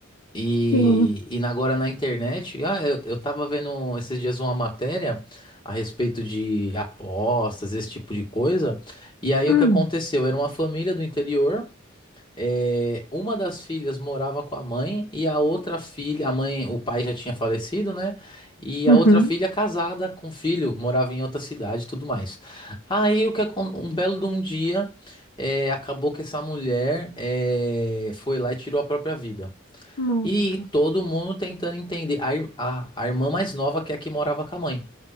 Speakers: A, on the left; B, on the left.
A: E,
B: sim.
A: e agora na internet, ah, eu, eu tava vendo esses dias uma matéria a respeito de apostas, esse tipo de coisa. E aí
B: Hum,
A: o que aconteceu? Era uma família do interior é, uma das filhas morava com a mãe e a outra filha, a mãe, o pai já tinha falecido, né? E
B: uhum.
A: a outra filha casada com filho, morava em outra cidade, e tudo mais. Aí o que acon- um belo de um dia é, acabou que essa mulher é, foi lá e tirou a própria vida.
B: Nossa.
A: E todo mundo tentando entender. A, ir- a, a irmã mais nova que é a que morava com a mãe.